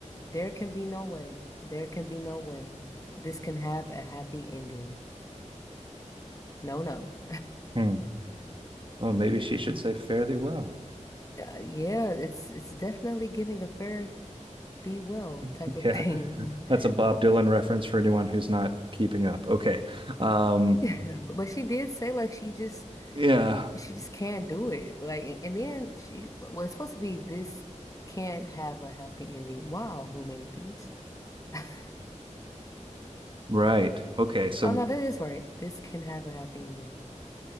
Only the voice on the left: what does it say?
There can be no way. There can be no way. This can have a happy ending. No, no.
Uh, yeah, it's it's definitely giving a fair thee well
type of
thing. <laughs>
<laughs> But she did say like she just
she just can't do it. Like and, and then she well, it's supposed to be this can't have a happy ending. Wow, who made these? <laughs>
Oh no, that is right. This can have a happy ending.